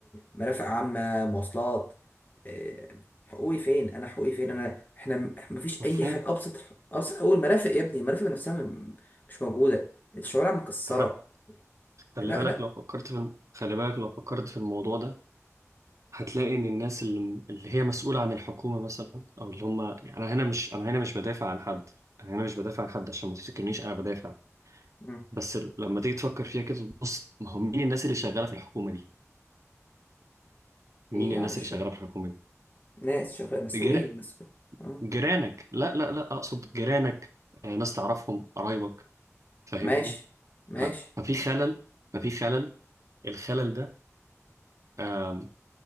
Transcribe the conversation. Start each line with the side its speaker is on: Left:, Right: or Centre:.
Left: مرافق عامة مواصلات آه، حقوقي فين انا حقوقي فين انا احنا م- مفيش
Right: مفهوم
Left: اي حاجه ابسط ابسط اول مرافق يا ابني المرافق نفسها م- مش موجوده الشوارع مكسره
Right: أنت حت- خلي
Left: لا
Right: بالك
Left: لا
Right: لو فكرت في الم... خلي بالك لو فكرت في الموضوع ده هتلاقي إن الناس اللي, اللي هي مسؤولة عن الحكومة مثلا أو اللي هم يعني، أنا هنا مش أنا هنا مش بدافع عن حد أنا هنا مش بدافع عن حد عشان ما تفتكرنيش أنا بدافع
Left: مم.
Right: بس ال- لما تيجي تفكر فيها كده بص ما هو مين الناس اللي شغاله في الحكومه دي؟ مين
Left: ايه يعني
Right: الناس
Left: مش
Right: اللي
Left: فاهم
Right: شغاله في الحكومه دي؟
Left: ناس شغال مسؤولين
Right: جر...
Left: مسؤول اه
Right: جيرانك لا لا لا اقصد جيرانك آه، ناس تعرفهم قرايبك فاهمني؟
Left: ماشي ماشي
Right: ف- ففي خلل ففي خلل الخلل ده آم،